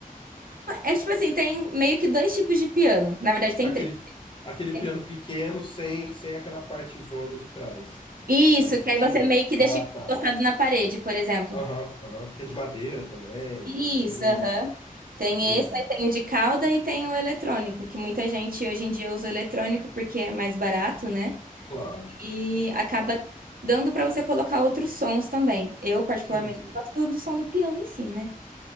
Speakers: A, on the right; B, on the left.
A: É tipo assim, tem meio que dois tipos de piano. Na verdade, tem
B: Aquele,
A: três.
B: aquele
A: né?
B: piano pequeno sem, sem aquela partezona de trás.
A: Isso,
B: Era o que
A: que
B: você
A: aí
B: tinha?
A: você meio que
B: Ah,
A: deixa
B: tá.
A: encostado na parede, por exemplo.
B: Aham, aham. Que é de madeira também,
A: Isso,
B: tem toda uma.
A: aham. Tem
B: Entendi.
A: esse, aí tem o de cauda e tem o eletrônico, que muita gente hoje em dia usa o eletrônico porque é mais barato, né?
B: Claro.
A: e acaba dando para você colocar outros sons também. Eu, particularmente,
B: Sim, sim.
A: gosto do som do piano em si, né?